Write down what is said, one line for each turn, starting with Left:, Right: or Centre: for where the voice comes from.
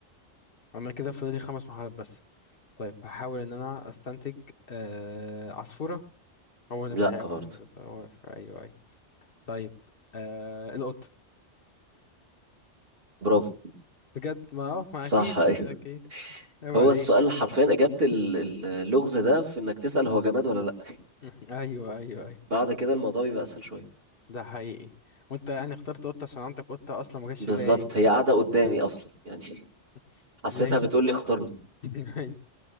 Left: أنا كده فاضل لي خمس محاولات بس طيب هحاول إن أنا أستنتج آه عصفورة هو ده مش
Right: لا
Left: حيوان
Right: برضه
Left: ده طور أيوه أيوه طيب آه القط
Right: برافو
Left: بجد ما أه ما
Right: صح
Left: أكيد
Right: أيوه
Left: أكيد عيب عليه
Right: هو السؤال حرفيا إجابة ال- ال- اللغز ده في إنك تسأل هو جماد ولا لا
Left: <laughs> أيوه أيوه أيوه
Right: بعد كده الموضوع بيبقى اسهل شويه
Left: ده حقيقي وأنت يعني اخترت قطة عشان عندك قطة أصلا ما جاش
Right: بالظبط
Left: في بالي
Right: هي قاعده قدامي اصلا يعني <laughs>
Left: <laughs>
Right: حسيتها
Left: ماشي
Right: بتقول لي اختارني
Left: <laughs> أيوه